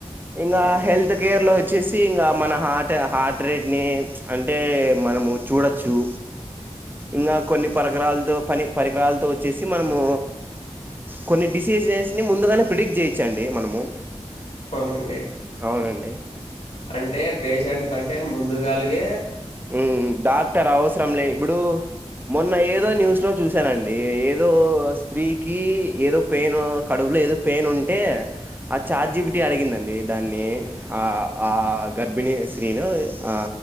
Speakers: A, on the right; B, on the left.
A: ఇంకా
B: అండి
A: హెల్త్ కేర్ లొ వచ్చేసి ఇంక మన హార్ట్ హార్ట్ రేట్ని అంటె మనము చూడచ్చు ఇంకా కొన్ని పరికరాలతో పని పరికరాలతో వచ్చేసి మనము కొన్ని డిసీజెస్ని ముందుగానే ప్రిడిక్ట్ చేయొచ్చండి. మనము
B: అవునండి
A: అవునండి
B: అంటె పేషెంట్ కంటె ముందుగాలిగె
A: ఉ డాక్టర్ అవసరంలే ఇ బ్బుడు మొన్న ఏదో న్యూస్ లొ చూసానండి ఏదో స్త్రీకి ఏదో పెయిన్ కడుపులొ ఏదొ పెయిన్ ఉంటే ఆ చాట్ జీ పి టీ ఆడిగిందండి దాన్ని ఆ ఆ గర్భిణీ స్త్రీనొ ఆ